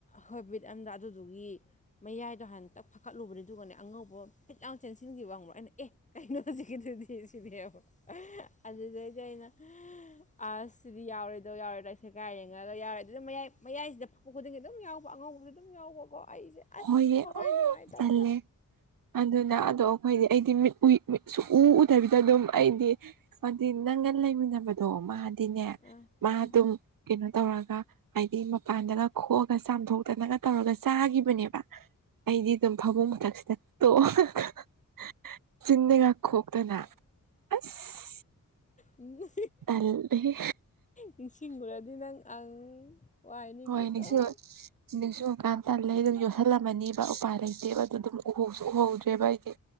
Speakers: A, on the left; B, on the right.
A: ꯍꯣꯏ ꯕꯤꯠ ꯑꯝꯗ ꯑꯗꯨꯗꯨꯒꯤ ꯃꯌꯥꯏꯗꯣ ꯍꯥꯟ ꯗꯛ ꯐꯥꯛꯀꯠꯂꯨꯕꯅꯦ ꯑꯗꯨꯒꯅꯦ ꯑꯉꯧꯕ ꯐꯤꯠ ꯂꯥꯎ ꯆꯦꯟꯁꯤꯟꯈꯤꯕ ꯈꯪꯕ ꯑꯩꯅ ꯑꯦ ꯀꯩꯅꯣ ꯍꯧꯖꯤꯛꯀꯤꯗꯨꯗꯤ ꯁꯤꯅꯦꯕ ꯑꯗꯨꯗꯩꯗꯤ ꯑꯩꯅ ꯑꯁ ꯁꯤꯗꯤ ꯌꯥꯎꯔꯦꯗꯣ ꯌꯥꯎꯔꯦꯗꯣ ꯁꯦꯀꯥꯏ ꯌꯦꯡꯉꯒ ꯌꯥꯎꯔꯦ ꯑꯗꯨꯁꯧ ꯃꯌꯥꯏ ꯃꯌꯥꯏꯁꯤꯗ ꯐ ꯄꯨ ꯈꯨꯗꯤꯡꯒꯤ ꯑꯗꯨꯝ ꯌꯥꯎꯕ ꯑꯉꯧꯕ ꯑꯗꯨꯝ ꯌꯥꯎꯕꯀꯣ ꯑꯩꯁꯦ ꯑꯁ
B: ꯍꯣꯏꯌꯦ
A: ꯊꯋꯥꯏ
B: ꯎꯝ
A: ꯅꯨꯡꯉꯥꯏꯇꯕꯗ
B: ꯇꯜꯂꯦ ꯑꯗꯨꯅ ꯑꯗꯣ ꯑꯩꯈꯣꯏꯗꯤ ꯑꯩꯗꯤ ꯃꯤꯠ ꯎꯏ ꯎ ꯁꯨꯛꯎꯨ ꯎꯨꯗꯕꯤꯗ ꯑꯗꯨꯝ ꯑꯩꯗꯤ ꯍꯥꯏꯗꯤ ꯅꯪꯒ ꯂꯩꯃꯤꯟꯅꯕꯗꯣ ꯃꯥꯗꯤꯅꯦ
A: ꯑꯥ
B: ꯃꯥ
A: ꯑꯥ
B: ꯑꯗꯨꯝ ꯀꯩꯅꯣ ꯇꯧꯔꯒ ꯍꯥꯏꯗꯤ ꯃꯄꯥꯟꯗꯒ ꯈꯣꯛꯑꯒ ꯆꯥꯝꯊꯣꯛꯇꯅꯒ ꯇꯧꯔꯒ ꯆꯥꯒꯤ ꯑꯗꯨꯅꯦꯕ ꯑꯩꯗꯤ ꯑꯗꯨꯝ ꯐꯃꯨꯡ ꯃꯊꯛꯁꯤꯗ ꯇꯣ <unintelligible> ꯆꯤꯟꯗꯒ ꯈꯣꯛꯇꯅ ꯑꯁ
A: ꯎꯝ
B: ꯇꯜꯂꯦꯍꯦ
A: ꯅꯤꯡꯁꯤꯡꯉꯨꯔꯗꯤ ꯅꯪ ꯑꯪ ꯋꯥꯏ ꯅꯤꯡꯗꯦꯀꯣ
B: ꯍꯣꯏ ꯅꯤꯡꯁꯤꯡ ꯅꯤꯡꯁꯤꯡꯉꯨꯀꯥꯟ ꯇꯜꯂꯦ ꯑꯩꯗꯤ ꯌꯣꯠꯁꯜꯂꯝꯃꯅꯤꯕ ꯎꯄꯥꯏ ꯂꯩꯇꯦꯕꯗꯣ ꯗꯨꯝ ꯎꯍꯧꯁꯨ ꯎꯍꯧꯗ꯭ꯔꯦꯕ ꯑꯩꯗꯤ